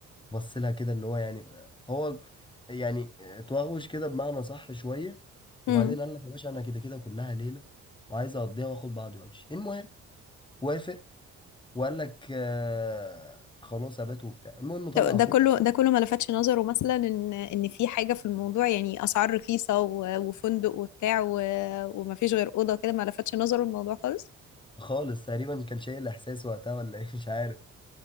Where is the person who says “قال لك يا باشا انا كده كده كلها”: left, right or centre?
Left